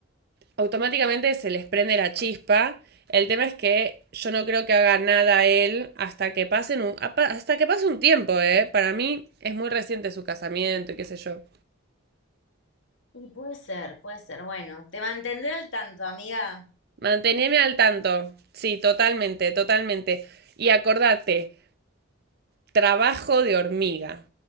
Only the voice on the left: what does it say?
Y puede ser, puede ser. Bueno, te mantendré al tanto, amiga.